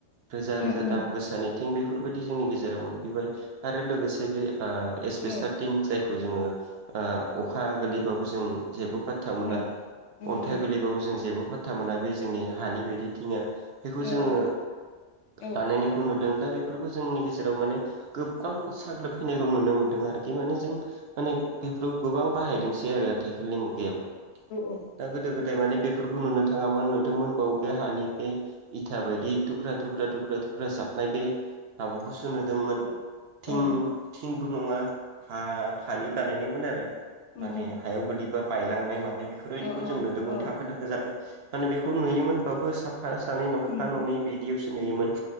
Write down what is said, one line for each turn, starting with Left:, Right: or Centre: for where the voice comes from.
Right: रोजा
Left: उम
Right: रोजा
Left: उम
Right: दाम गोसानैथिं बेफोरबायदि जोंनि गेजेराव मोनफैबाय आरो लोगोसे बे ओएसपेस्टारटिं
Left: औ
Right: जायखौ जोङो ओ अखा गोलैबाबो जों जेबो फाथ्था मोना
Left: उम उम
Right: अन्थाइ
Left: उम
Right: गोरलैबाबो जों जेबो फाथ्था मोना बे जोंनि हानि बायदिथिङा बेखौ
Left: औ
Right: जोङो
Left: औ उम
Right: बानायनायखौ
Left: औ
Right: नुदों। दा बेफोरखौ जोंनि गेजेराव माने गोबां साग्लोबफैनायखौ नुनो मोन्दों आरोखि माने जों माने बेफोराव गोबां बाहायदोंसै आरो। आथिखालनि मुगायाव
Left: उम
Right: दा गोदो गोदाय माने बेफोरखौ नुनो थाङामोन नोंथांमोन बाव बे हानि बे इथा बायदि दुख्रा दुख्रा दुख्रा दुख्रा साबनाय बे हाबाखौ गुसु नुदोंमोन
Left: औ
Right: थिं
Left: औ
Right: थिंबो नङा हा हानि बानायनायमोन आरो
Left: उम
Right: माने
Left: उम
Right: हायाव गोगलैबा बायलांनाय मानाय बेफोरबायदिखौ
Left: औ औ
Right: जों नुदोंमोन थाखो थाखो जाब माने बेखौ नुयोमोनब्लााबबो साफा सानै न'फा
Left: उम
Right: नै बिदियावसो नुयोमोन।